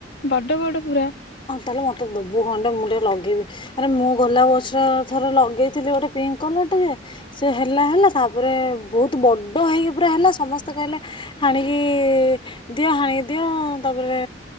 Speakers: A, on the left; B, on the left.
A: ବଡ ବଡ ପୁରା।
B: ହଁ ତାହେଲେ ମତେ ଦବୁ ଖଣ୍ଡେ ମୁଁ ଟିକେ ଲଗେଇବି, ଆରେ ମୁଁ ଗୋଲାପ ଗଛ ଥରେ ଲଗେଇଥିଲି ଗୋଟେ ପିଙ୍କ କଲରଟା ଯେ, ସେ ହେଲା ହେଲା ତାପରେ ବହୁତ ବଡ ହେଇକି ପୁରା ହେଲା ସମସ୍ତେ କହିଲେ ହାଣିକି ଦିଅ ହାଣିକି ଦିଅ ତାପରେ